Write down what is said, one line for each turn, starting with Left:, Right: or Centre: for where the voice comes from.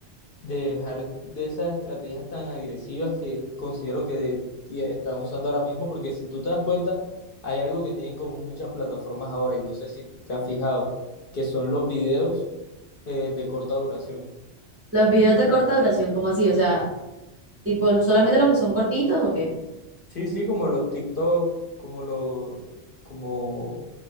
Left: dejar de esas estrategias tan agresivas que considero que están usando ahora mismo, porque si tú te das cuenta, hay algo que tienen en común muchas plataformas ahora, y no sé si te has fijado, que son los videos eh, de corta duración.
Right: Los videos de corta duración, ¿cómo así? O sea, tipo, ¿solamente los que son cortitos o qué?
Left: Sí, sí, como los TikTok, como los, como